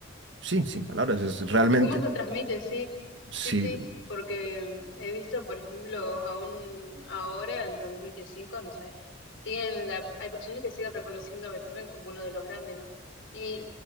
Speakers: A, on the right; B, on the left.
A: sí, sin palabras, es realmente,
B: ¿Y cómo se transmite? Sí,
A: sí,
B: sí, sí, porque he visto, por ejemplo, aún ahora, en 2025 no sé, siguen la, hay personas que siguen reconociendo a Beethoven como uno de los grandes, ¿no? Y